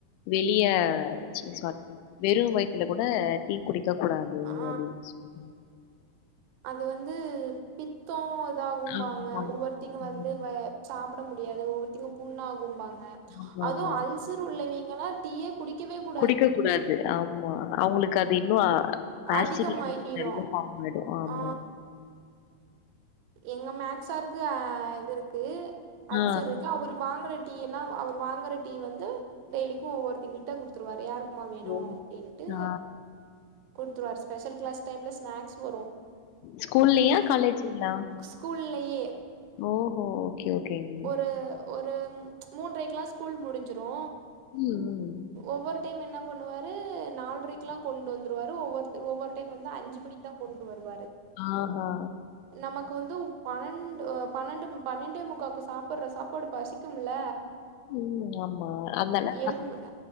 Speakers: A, on the left; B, on the right.
A: வெளிய ச்சி சார் வெறு வய்த்ல கூட டீ குடிக்க கூடாது
B: ஆ
A: அப்டின் சொல்
B: அது வந்து பித்தோ இதாகும்பாங்க
A: ஆமா
B: ஒவ்வொருத்திங்க
A: ம்
B: வந்து வ சாப்பிட முடியாது ஒவ்வொருத்திங்க புண்ணாகும்பாங்க
A: ஆமா
B: அதுவு
A: ஆமா
B: அல்சர் உள்ளவீங்கள்லா டீயெ குடிக்கவே கூ
A: குடிக்க கூடாது ஆமா அவுங்களுக்கு அது இன்னு ஆசிடிட்டி
B: அதிகமாகிரு
A: நெறய ஃபார்ம் ஆய்டு ஆமா
B: ஆ எங்க மேக்ஸார்க்கு இது இருக்கு அல்சர்
A: ஆ
B: இருக்கு அவ்ரு வாங்கற டீ எல்லா அவர் வாங்குற டீ வந்து டெய்லிக்கு ஒவ்வொருத்திங்கிட்ட குடுத்துருவாரு யாருக்கு மா வேணு
A: ஓ!
B: அப்டின்ட்டு
A: ஆ
B: குடுத்துருவார் ஸ்பெஷல் க்ளாஸ் டைம்ல ஸ்நாக்ஸ் வரு
A: ஸ்கூல்லயா
B: டீ
A: காலேஜ்ஜிலயா
B: ஸ்கூல்லயே
A: ஓஹோ ஓகே, ஓகேங்க.
B: ஒரு ஒரு மூன்றைக்லா ஸ்கூல் முடிஞ்சிரு
A: ம், ம்.
B: ஒவ்வொரு டைம் என்ன பண்ணுவாரு நால்ரைக்லா கொண்டு வந்துருவாரு ஒவ்வொருத்தரு ஒவ்வொரு டைம் வந்து அஞ்சி மணிக்கிதா கொண்டு வருவாரு
A: ஆஹா
B: நமக்கு வந்து பன்னெண்டு பன்னெண்டு பன்னெண்டே முக்காக்கு சாப்பட்ற சாப்பாடு பசிக்குமுல்ல
A: ம் ஆமா அத்னால
B: ஏழ் மண்